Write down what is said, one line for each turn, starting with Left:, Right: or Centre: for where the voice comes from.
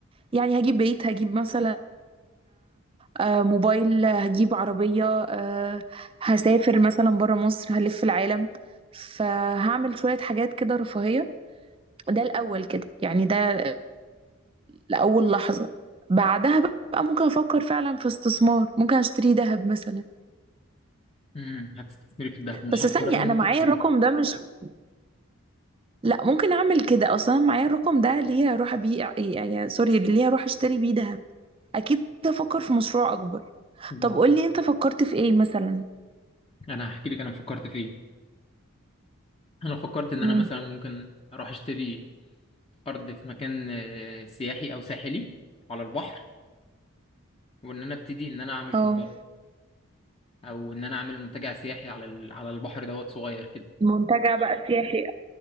Right: يعني هجيب بيت هجيب مثلا آه، موبايل هجيب عربية آه، هسافر مثلا برا مصر هلف العالم فهعمل شوية حاجات كده رفاهية ده الأول كده يعني ده لأول لحظة بعدها بقى ممكن أفكر فعلا في استثمار ممكن أشتري ذهب مثلا
Left: امم هتستثمري في الذهب مش
Right: بس
Left: هتقرري
Right: ثانية
Left: ان
Right: أنا
Left: انت
Right: معايا
Left: تفكري
Right: الرقم ده مش <laughs> لا ممكن أعمل كده أصلا أنا معايا الرقم ده ليه هروح أبيع يعني سوري ليه هروح أشتري بيه ذهب أكيد أفكر في مشروع أكبر
Left: بالظبط
Right: طب قولي انت فكرت في ايه مثلا
Left: انا هحكي لك انا فكرت في ايه انا فكرت ان
Right: مم.
Left: انا مثلا ممكن اروح اشتري ارض في مكان آه، سياحي او ساحلي على البحر وان انا ابتدي ان انا اعمل
Right: اه
Left: كومباوند او ان انا اعمل منتجع سياحي على ال- على البحر دوت صغير كده
Right: منتجع بقى سياحي